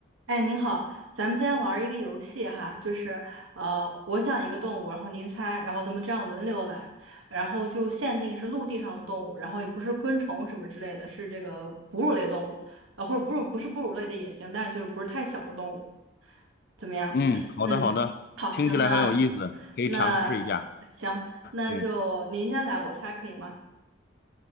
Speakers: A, on the right; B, on the left.
A: 哎，您好，咱们今天玩儿一个游戏哈，就是呃，我想一个动物，然后您猜，然后咱们这样轮流来，然后就限定是陆地上的动物，然后也不是昆虫什么之类的，是这个哺乳类动物，呃，或者哺乳不是哺乳类的也行，但就是不是太小的动物，怎么样？
B: 嗯，
A: <clears throat>
B: 好的好的，
A: 嗯，好，
B: 听起来很有意思，
A: 行，那
B: 可以尝试一下。
A: 那行，那就您先来，
B: 嗯，
A: 我猜可以吗？